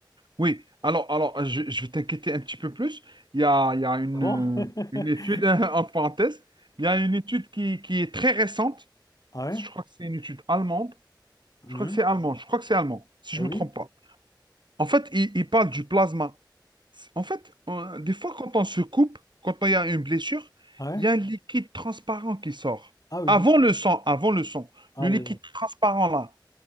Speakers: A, on the right; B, on the left.
A: Oui. Alors, alors je, je vais t'inquiéter un petit peu plus. Il y a, il y a une,
B: Ah Bon? <laughs>
A: euh, une étude, <laughs> en parenthèse, il y a une étude qui, qui est très récente.
B: Ah ouais?
A: Je crois que c'est une étude allemande
B: Mhm.
A: Je crois que c'est allemand. Je crois que c'est allemand, si
B: Ah
A: je ne
B: oui?
A: me trompe pas. En fait, il, il parle du plasma. En fait, on- des fois, quand on se coupe, quand il y a une blessure,
B: Ah ouais?
A: il y a un liquide transparent qui sort.
B: Ah oui.
A: Avant le sang, avant le sang,
B: Ah
A: le
B: oui.
A: liquide
B: Oui.
A: transparent là,